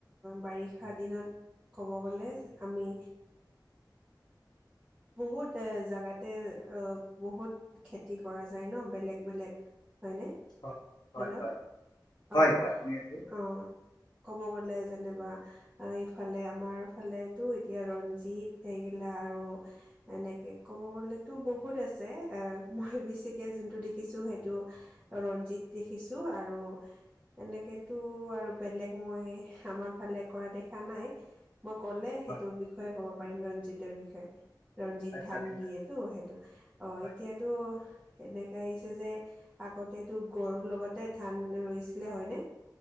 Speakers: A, on the right; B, on the left.
A: বাৰিষা দিনত ক'ব গ'লে আমি। বহুত এ জেগাতে। বহুত খেতি কৰা যায় ন বেলেগ বেলেগ। হয়নে
B: হয় হয়
A: হেল্ল'
B: হয় হয়
A: অঁ
B: হয় শুনি আছো
A: অঁ ক'ব গ'লে। যেনিবা এইফালে আমাৰ ফালেতো এতিয়া ৰঞ্জিত এইগিলা আৰু। এনেকে ক'ব গ'লে তো বহুত আছে মই বেছিকে যোনটো দেখিছোঁ সেইটো ৰঞ্জিত দেখিছোঁ। আৰু। এনেকেতো আৰু বেলেগ মই আমাৰ ফালে কৰা দেখা নাই। মই ক'লে সেইটো
B: হয়
A: বিষয়ে ক'ব পাৰিম ৰঞ্জিতৰ বিষয়ে ৰঞ্জিত
B: আচ্ছা
A: ধান
B: ঠিক
A: দিয়ে।
B: আছে
A: তটো সেইটো অ
B: হয়
A: এতিয়াতো এনে। আহিছে যে আগতেতো গৰুৰ লগতে ধান ৰইছিলে হয়নে?